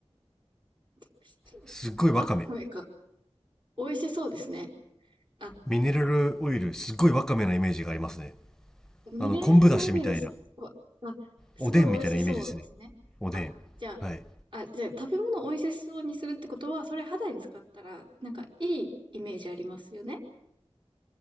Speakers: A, on the right; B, in the centre.
A: <laughs>
B: すっごいわかめ。
A: わかめか。美味しそうですね。あ、
B: ミネラルオイル、すっごいわかめのイメージがありますね。
A: ミネラルオイルす、
B: あの、昆布だしみたいな、
A: まあ、すごい美味しそうですね。
B: おでんみたいなイメージですね。おでん。
A: あ、じゃ
B: はい。
A: あ、あ、じゃあ食べ物を美味しそうにするってことは、それ肌に使ったら、なんかいいイメージありますよね。